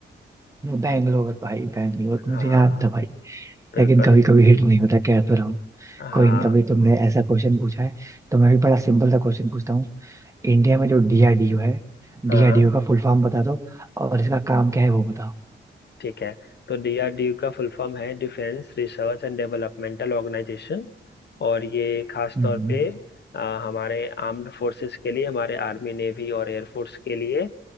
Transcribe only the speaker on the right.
बैंगलोर भाई बैंगलोर
मुझे याद था भाई
लेकिन कभी कभी हिट नहीं होता कह तो रहा हूँ
कोई नहीं अभी तुमने ऐसा क्वेश्चन पूछा है तो मैं भी बड़ा सिंपल सा क्वेश्चन पूछता हूँ इंडिया में जो डीआरडीओ है डीआरडीओ
का फुल फॉर्म बता दो और इसका काम क्या है वो बताओ
हम्म,